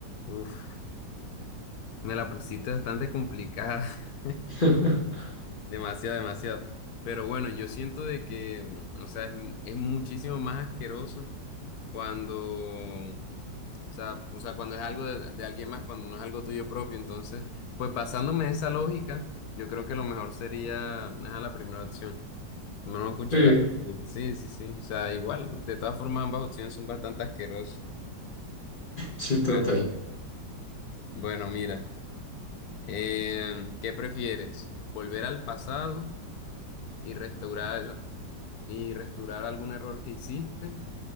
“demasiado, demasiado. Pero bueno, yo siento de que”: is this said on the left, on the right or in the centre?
Left